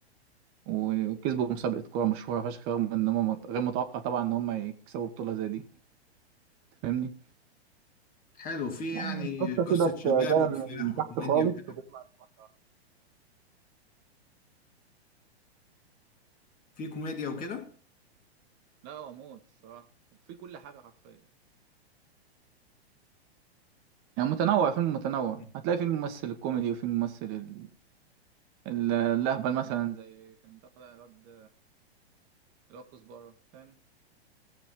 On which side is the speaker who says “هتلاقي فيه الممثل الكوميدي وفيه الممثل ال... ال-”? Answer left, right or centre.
Right